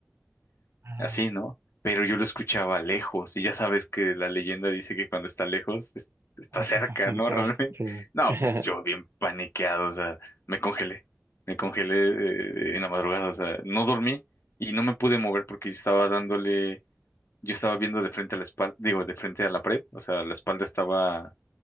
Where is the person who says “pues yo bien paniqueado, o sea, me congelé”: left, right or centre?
Left